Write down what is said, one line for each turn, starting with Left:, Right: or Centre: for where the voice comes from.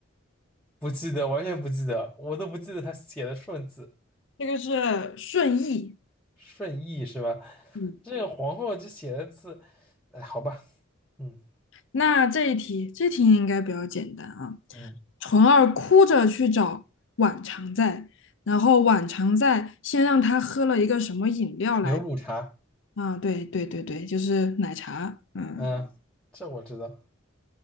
Centre: 不记得，完全不记得，我都不记得他写的顺字
Left: 这个是顺意。
Centre: 顺义是吧？
Left: 嗯，
Centre: 这个皇后这写的字，哎，好吧，嗯
Left: 那这一题，这题应该比较简单啊。
Centre: 嗯，
Left: 纯儿哭着去找晚常在，然后晚常在先让他喝了一个什么饮料来？
Centre: 牛乳茶，
Left: 啊，对对对对，就是奶茶。嗯。
Centre: 嗯，这我知道，